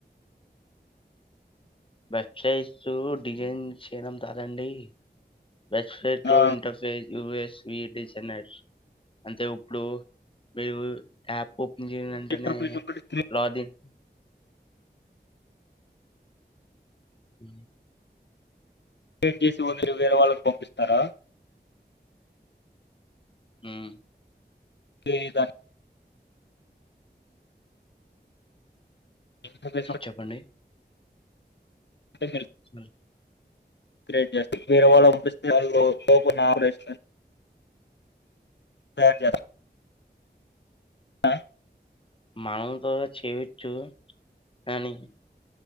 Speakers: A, on the left; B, on the left.
A: వెబ్సైట్సు డిజైన్ చేయడం కాదండి వెబ్సైట్ లో
B: ఆ
A: interface you V S we designers అంటే ఇప్పుడు మీరు యాప్ ఓపెన్ చేసిన వెంటేనే
B: ఇంటర్ఫేస్ ఒకటి
A: లాగిన్ అ
B: క్రియేట్ చేసి వాటిని వేరే వాళ్ళకు పంపిస్తారా
A: ఆమ్
B: ఏదానికి ఇంటర్ఫేస్
A: చెప్పండి
B: స <unintelligible>
A: స
B: క్రియేట్ చేస్త మీరు ఎవళు పంపిస్తే కు నవడేస్త త ఆా
A: మనం కూడా చేయచ్చు కానీ